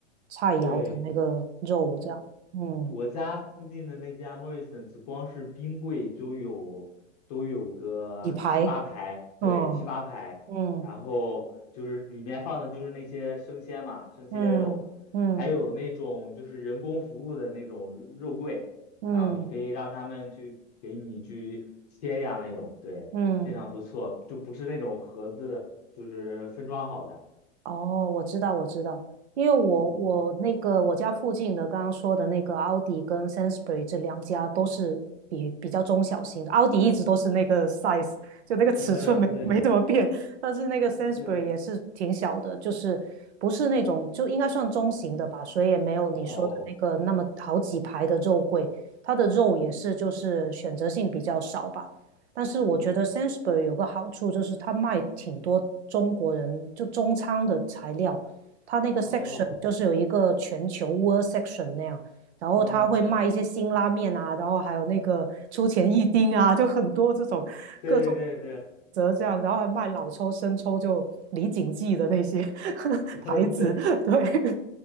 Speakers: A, on the right (about 60°); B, on the left (about 30°).
A: 菜肴的那个肉，
B: 对。
A: 这样，嗯，
B: 我家附近的那家 Morrisons，光是冰柜就有都有个七八排，
A: 底排，
B: 对，
A: 嗯
B: 七八排。
A: 嗯
B: 然后就是里面放的就是那些生鲜嘛，生鲜肉，
A: 嗯嗯
B: 还有那种就是人工服务的那种肉柜，
A: 嗯嗯。
B: 然后你可以让他们去给你去切呀那种，对，
A: 嗯
B: 非常不错，就不是那种盒子，就是分装好的。
A: 哦，我知道，我知道，因为我我那个我家附近的刚刚说的那个奥迪跟
B: 嗯
A: Sainsbury 这两家都是比比较中小型的，奥迪一直都是那个 size，就那个尺寸没没怎么变，
B: <laughs> 嗯，对，
A: 但是那个
B: 嗯对，
A: Sainsbury 也是挺小的，就是不是那种就应该算中型的吧，所以也没有你说的那个那么好几排的肉桂，
B: 哦，
A: 它的肉也是就是选择性比较少吧。但是我觉得
B: 嗯
A: s a n s b u r y 有个好处就是它卖挺多中国人就中餐的材料，它那个
B: 哦。
A: section 就是有一个全球 world section 那样，然后它会卖一些辛拉面啊，
B: 嗯，对，
A: 然后还有那个出前一丁啊，就很多这种各
B: 对对对，
A: 这样，然后还卖老抽、生抽，就李锦记的那些 <laughs>
B: <laughs>
A: 牌子，
B: 嗯，对
A: 对，